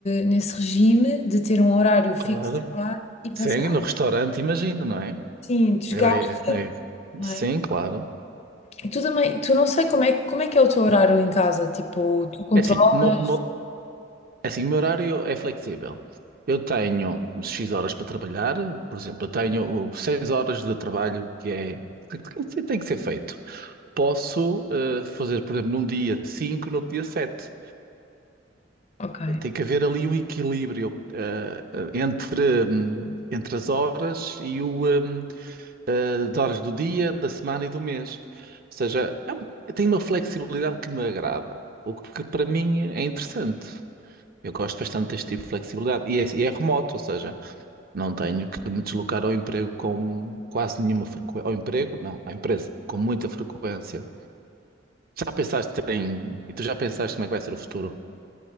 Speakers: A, on the left (about 35°); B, on the right (about 50°).
A: nesse regime de ter um horário fixo
B: claro.
A: de trabalho e pensar,
B: Sim, no restaurante, imagino, não é?
A: Sim, desgasta,
B: Era- é- é-
A: não
B: Sim,
A: é?
B: claro.
A: e tu também, tu não sei como é, como é que é o teu horário em casa, tipo, tu controlas?
B: É assim, uma, uma- Assim, o meu horário é flexível. Eu tenho X horas para trabalhar, por exemplo, eu tenho 6 horas de trabalho que é que tem que ser tem que ser feito. Posso eh, fazer, por exemplo, num dia 5, no outro dia 7.
A: Ok.
B: Tem que haver ali o equilíbrio eh, eh, entre, hum, entre as horas e o, hum, eh, as horas do dia, da semana e do mês. Ou seja, é um- tem uma flexibilidade que me agrada, o que para mim é interessante. Eu gosto bastante deste tipo de flexibilidade. E é, e é remoto, ou seja, não tenho que me deslocar ao emprego com quase nenhuma frequência. Ao emprego, não, à empresa, com muita frequência. Já pensaste em. E tu já pensaste como é que vai ser o futuro?